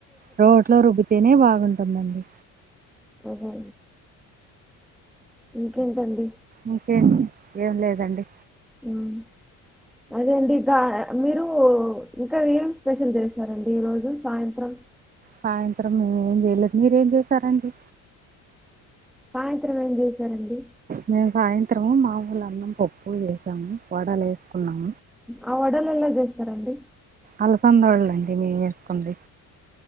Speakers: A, on the right; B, in the centre.
A: రోడ్లో రుబ్బితేనే బాగుంటుందండి
B: ఆహ ఇంకేంటండి?
A: ఇంకేంటి ఏం లేదండి
B: హ్మ్. అదే అండి ఇకా మీరు ఇంకా ఏం స్పెషల్ చేస్తారండి ఈ రోజు సాయంత్రం
A: సాయంత్రం మేము ఏం చేయలేదు మీరేం చేసారండి
B: సాయంత్రం ఏం చేసారండి
A: మేము సాయంత్రము మా ఊళ అన్నం పప్పు చేసాము వడలు వేసుకున్నాము
B: ఆ వడలెల చేస్తారండి
A: అలసంద వాలండి మేము చేసుకుంది